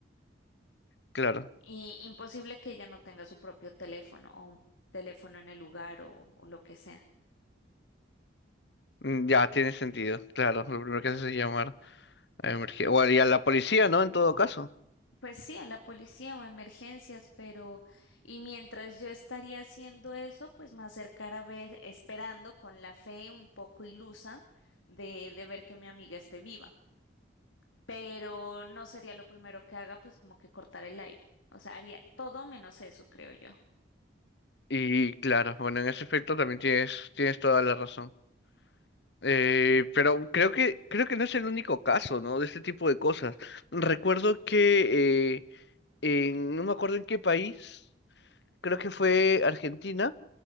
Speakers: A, on the left; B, on the left.
A: Claro,
B: Y imposible que ella no tenga su propio teléfono o un teléfono en el lugar o, o lo que sea.
A: Mm, ya tiene sentido, claro, lo primero que haces es llamar a emergencia, o a, y a la policía, ¿no? En todo caso.
B: Pues sí, a la policía o a emergencias, pero y mientras yo estaría haciendo eso, pues me acercara a ver, esperando con la fe un poco ilusa de, de ver que mi amiga esté viva. Pero no sería lo primero que haga, pues como que cortar el live. O sea, haría todo menos eso, creo yo.
A: Y claro, bueno, en ese aspecto también tienes, tienes toda la razón. Eh, pero creo que, creo que no es el único caso, ¿no? De este tipo de cosas. Recuerdo que, eh, en- no me acuerdo en qué país, creo que fue Argentina,